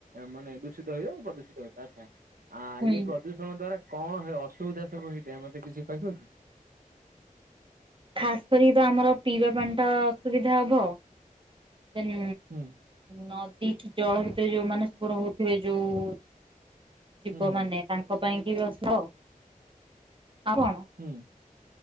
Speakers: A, on the right; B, on the right.
A: ମାନେ ଦୂଷିତ ହୁଏ ଆ ପ୍ରଦୂଷିତ ହଇଥାଏ ଆଚ୍ଛା ଆ
B: ହଁ
A: ଇଏ ପ୍ରଦୂ ଦ୍ଵାରା କଣ ଅସୁବିଧା ସବୁ ହେଇଥାଏ ମତେ କିଛି କହିବ କି?
B: ଖାସ୍ କରିକି ତ ଆମର ପିଇବା ପାଣି ଟା ଅସୁବିଧା ହବ ଦେନ୍
A: ହୁଁ।
B: ନଦୀ ଜଳ ଭିତରେ ଯୋଉମାନେ ସବୁ ରହୁଥିବେ ଯୋଉ ଜୀବ
A: ହୁଁ ହୁଁ
B: ମାନେ ତାଙ୍କ ପାଇଁ କି ବ୍ୟସ୍ତ ଆଉ କଣ
A: ହୁଁ।